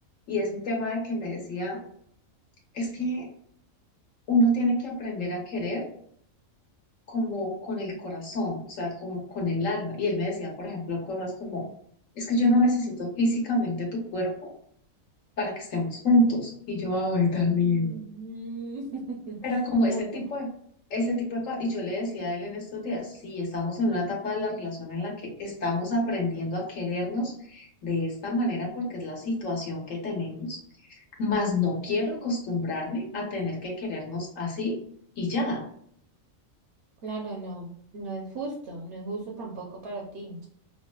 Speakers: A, on the left; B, on the right.
A: Y es un tema de que me decía, es que uno tiene que aprender a querer como con el corazón, o sea, como con el alma. Y él me decía, por ejemplo, cosas como, es que yo no necesito físicamente tu cuerpo para que estemos juntos. Y yo, ay, tan
B: Mm,
A: lindo.
B: <laughs>
A: Pero como
B: No,
A: ese tipo
B: pues,
A: de, ese tipo de cosas, y yo le decía a él en estos días, sí, estamos en una etapa de la relación en la que estamos aprendiendo a querernos de esta manera porque es la situación que tenemos, mas no quiero acostumbrarme a tener que querernos así y ya.
B: claro, no. No es justo, no es justo tampoco para ti.